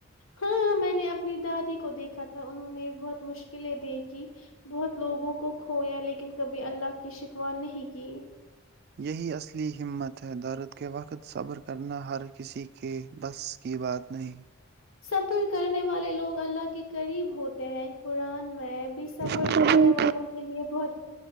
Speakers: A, on the left; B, on the right.
A: ہاں میں نے اپنی دادی کو دیکھا تھا انہوں نے بہت مشکلیں دیکھی بہت لوگوں کو کھویا لیکن کبھی اللہ کی شکوا نہیں کی
B: یہی اصلی ہمت ہے درد کے وقت صبر کرنا ہر کسی کے بس کی بات نہیں
A: صبر کرنے والے لوگ اللہ کے قریب ہوتے ہیں قرآن میں بھی صبر
B: نہیں
A: کرنے والوں کے لیے بہت